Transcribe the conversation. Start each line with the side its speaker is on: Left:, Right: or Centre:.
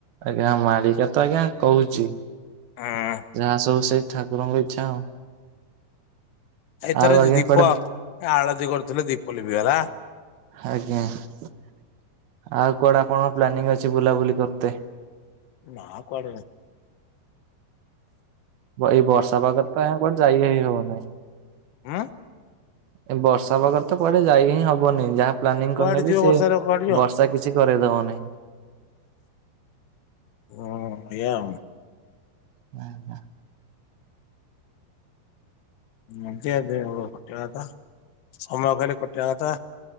Right: ଆଜ୍ଞା ମାଳିକା ତ ଆଜ୍ଞା କହୁଛି,
Left: ହଁ
Right: ଯାହା ସବୁ ସେଇ ଠାକୁରଙ୍କ ଇଚ୍ଛା ଆଉ।
Left: ଏଇଥର
Right: ଆଉ ଆଜ୍ଞା
Left: ଦୀପ
Right: କୁଆଡେ
Left: ଆଳତି କରୁଥିଲେ ଦୀପ ଲିଭି ଗଲା।
Right: ଆଜ୍ଞା ଆଉ କୁଆଡା ଆପଣଙ୍କ ପ୍ଲାନିଂ ଅଛି ବୁଲାବୁଲି କରତେ?
Left: ନା କୁଆଡ ନାହିଁ।
Right: ଏଇ ବର୍ଷା ପାାଗରେ ତ ଏ କଣ ଯାଇ ହି ହବ ନାହିଁ।
Left: ଉୁଁ।
Right: ଏ ବର୍ଷା ପାଗରେ ତ କୁଆଡେ ଯାଇ ହିଁ ହବନି ଯାହା ପ୍ଲାନିଂ
Left: କୁଆଡେ
Right: କରିନେ
Left: ଯିବ
Right: ବି ସେ
Left: ବର୍ଷାରେ କୁଆଡେ ଯିବ
Right: ବର୍ଷା କିଛି କରେଇଦବନି।
Left: ହୁଁ ଏଇଆ ଆଉ।
Right: ନା ନା।
Left: ନିଜେ ଯେ ବଞ୍ଚିବା କଥା ସମୟ ଖାଲି କଟିବା କଥା।